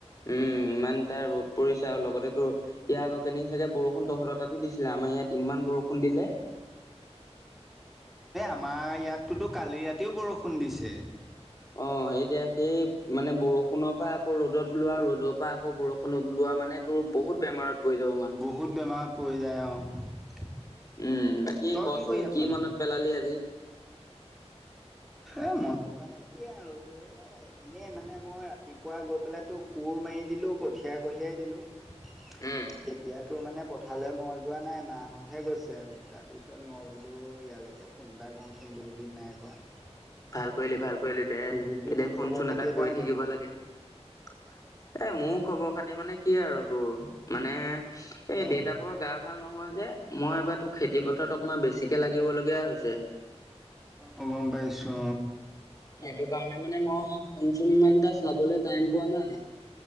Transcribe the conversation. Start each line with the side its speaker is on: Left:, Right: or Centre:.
Left: উম, ইমানটা ৰ'দ পৰিছে আৰু লগতে তো ইয়াৰ আগৰ কেইদিন চাগে বৰষুণ তহঁত তাতোঁ দিছিলে আমাৰ ইয়াত ইমান বৰষুণ দিলে।
Centre: মা', ইয়াত তোতো কালি ৰাতিওঁ বৰষুণ দিছে।
Left: অ', এতিয়া সেই মানে বৰষুণ পা আকৌ ৰ'দত ওলোৱাঁ, ৰ'দ পা আকৌ বৰষুণত ওলোৱাঁ বা মানে তোৰ বহুত বেমাৰত পৰি যাব মানুহ।
Centre: বহুত বেমাৰত পৰি যায় অ'।
Left: উম, বাকী
Centre: তই
Left: কচোন
Centre: কৰি আছনো
Left: কি মনত পেলালি আজি।
Centre: এ মনত মানে কি আৰু তোৰ এ এনে মানে মই ৰাতিপুৱা গৈ পেলাই তোৰ কোৰ ম দিলো কঠিয়াই কঢ়িয়াই দিলো।
Left: উম।
Centre: এতিয়াতো মানে পথাৰলৈ মই যোৱা নাই মাহতহে গৈছে তাৰ পিছত মই বোলো ই এয়ালৈকে ফুটা কচোন বহুতিন নাই কৰা।
Left: ভাল কৰিলি ভাল কৰিলি দে
Centre: তোৰোতো
Left: এ দে
Centre: খবৰ
Left: ফোন চোন
Centre: খাতি
Left: এটা
Centre: এটাও
Left: কৰি থাকিব
Centre: নাই
Left: লাগে। এ মোৰ খবৰ খাতি মানে কি আৰু তোৰ মানে এ
Centre: উম,
Left: দেউতা ভাগৰ গা ভাল নহয় যে। মই এইবাৰ তো খেতি পথাৰ অকণমান বেছিকে লাগিবলগীয়া হৈছে।
Centre: অ, গম পাইছো।
Left: সেইটো কাৰণে মানে মই ফোনচোন ইমানক চাবলৈ টাইম পোৱা নাই।